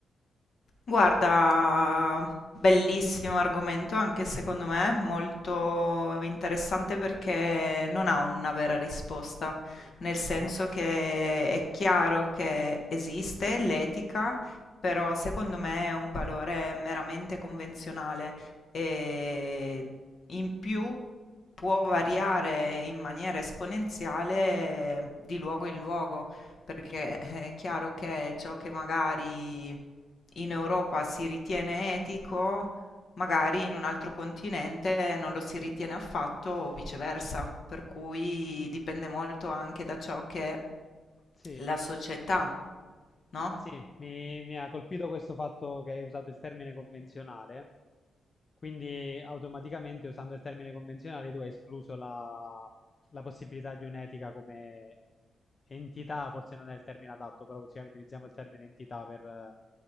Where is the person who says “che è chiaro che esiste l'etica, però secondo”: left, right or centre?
Left